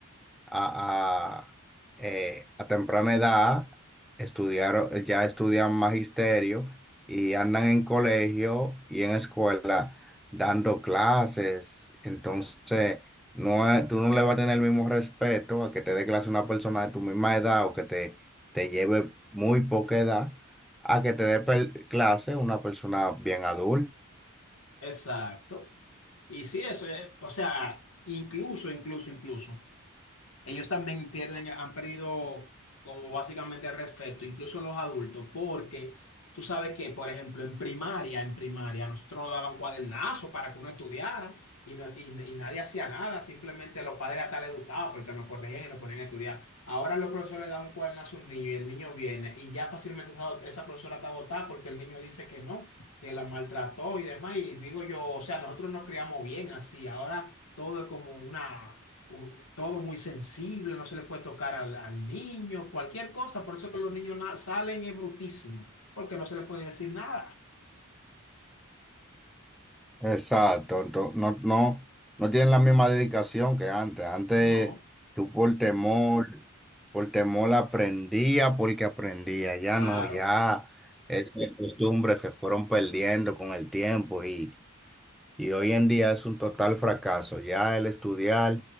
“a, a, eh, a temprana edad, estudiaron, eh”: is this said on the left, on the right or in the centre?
Centre